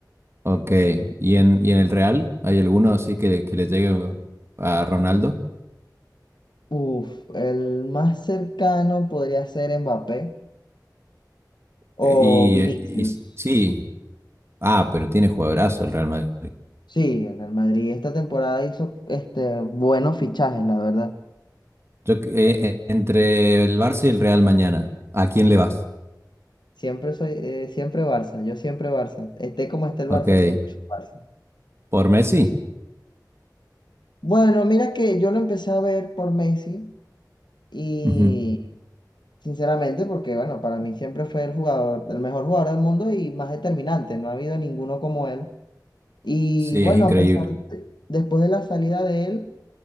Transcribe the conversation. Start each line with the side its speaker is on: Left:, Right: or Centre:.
Right: Ok. ¿Y en, y en el Real? ¿Hay alguno así que, le- que le llegue a Ronaldo?
Left: Uf, el más cercano podría ser Mbappé o
Right: Eh, Y,
Left: Vinicius.
Right: eh, y sí. Ah, pero tiene jugadorazo el Real Madrid.
Left: Sí, el Real Madrid esta temporada hizo este, buenos fichajes, la verdad.
Right: Yo, que- eh, eh, entre el Barça y el Real mañana, ¿a quién le vas?
Left: Siempre soy, eh, siempre Barça, yo siempre Barça. Esté como esté el
Right: Ok.
Left: Barça, siempre soy Barça.
Right: ¿Por Messi?
Left: Bueno, mira que yo lo empecé a ver por Messi y
Right: Ujú.
Left: sinceramente, porque bueno, para mí siempre fue el jugador, el mejor jugador del mundo y más determinante, no ha habido ninguno como él. Y
Right: Sí,
Left: bueno,
Right: es increíble.
Left: a pesar de- después de la salida de él,